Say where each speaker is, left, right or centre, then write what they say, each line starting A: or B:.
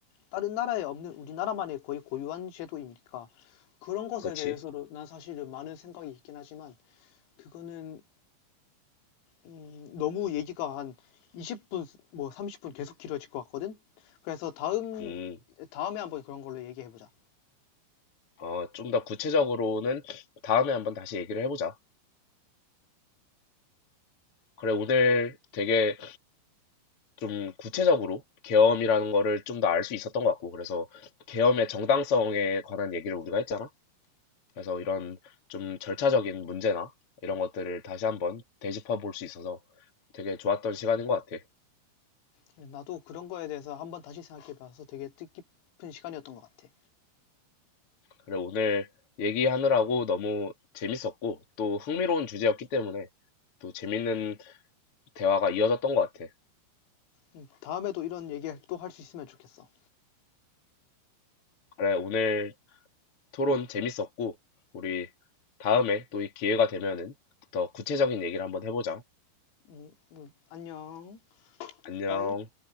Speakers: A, on the left; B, on the left.
A: 다른 나라에 없는 우리나라만의 거의 고유한 제도이니까 그런 것에
B: 그렇지.
A: 대해서도 난 사실은 많은 생각이 있긴 하지만 그거는 음, 너무 얘기가 한 20분 뭐 30분 계속 길어질 것 같거든. 그래서 다음
B: 음,
A: 다음에 한번 그런 걸로 얘기해 보자.
B: 어, 좀 더 구체적으로는 다음에 한번 다시 얘기를 해보자. 그래, 오늘 되게 좀 구체적으로 계엄이라는 거를 좀 더 알 수 있었던 것 같고, 그래서 계엄의 정당성에 관한 얘기를 우리가 했잖아. 그래서 이런 좀 절차적인 문제나 이런 것들을 다시 한번 되짚어 볼 수 있어서 되게 좋았던 시간인 것 같아.
A: 나도 그런 거에 대해서 한번 다시 생각해 봐서 되게 뜻깊은 시간이었던 것 같아.
B: 그래, 오늘 얘기하느라고 너무 재밌었고, 또 흥미로운 주제였기 때문에 또 재밌는 대화가 이어졌던 것 같아.
A: 음, 다음에도 이런 얘기 또 할 수 있으면 좋겠어.
B: 그래, 오늘 토론 재밌었고, 우리 다음에 또 이 기회가 되면은 더 구체적인 얘기를 한번 해보자.
A: 음, 음, 안녕.
B: 안녕.
A: 빠이.